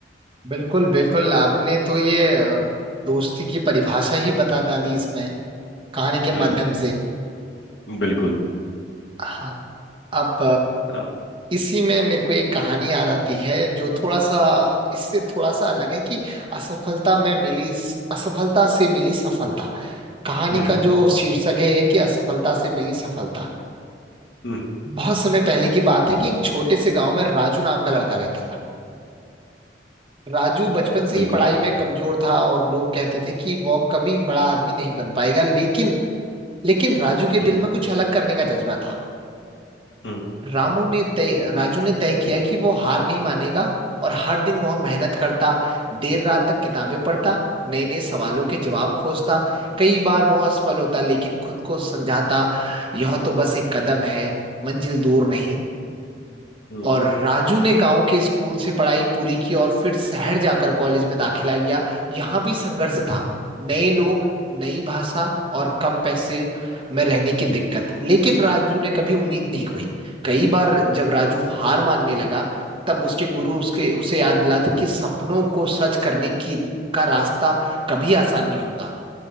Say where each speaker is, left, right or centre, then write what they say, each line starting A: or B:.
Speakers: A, on the right; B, on the left.
A: बिल्कुल बिल्कुल आपने तो ये अ, दोस्ती की परिभाषा ही बता डाली इसमें कहानी के माध्यम
B: हम्म
A: से
B: बिल्कुल
A: हाँ अब
B: अम,
A: इसी में मेरे को एक कहानी याद आती है जो थोड़ा सा इससे थोड़ा सा अलग है कि असफलता में मिली असफलता से मिली सफलता कहानी
B: हम्म हम्म
A: का जो शीर्षक है, है कि असफलता से मिली सफलता
B: हम्म,
A: बहुत समय पहले की बात
B: हम्म,
A: है कि एक छोटे से गांव में राजू नाम का लड़का रहता था राजू बचपन से
B: बिल्कुल
A: ही पढ़ाई में कमजोर था और लोग कहते थे कि वो कभी बड़ा आदमी नहीं बन पाएगा लेकिन लेकिन राजू के
B: हम्म
A: दिल में कुछ अलग करने का जज्बा था
B: हम्म
A: रामू ने तय राजू ने तय किया कि वो हार नहीं मानेगा और हर दिन वह मेहनत करता देर रात तक किताबें पढ़ता नए नए सवालों के जवाब खोजता कई बार वह असफल होता लेकिन खुद को समझाता यह तो बस एक कदम है मंजिल दूर नहीं
B: हम्म
A: और राजू ने गांव के स्कूल से पढ़ाई पूरी की और फिर शहर जाकर कॉलेज में दाखिला लिया यहाँ भी संघर्ष था नए लोग नई भाषा और कम पैसे में रहने की दिक्कत लेकिन राजू ने कभी उम्मीद नहीं खोई कई बार जब राजू हार मानने लगा तब उसके गुरु उसके उसे याद दिलाते कि सपनों को सच करने की का रास्ता कभी आसान नहीं होता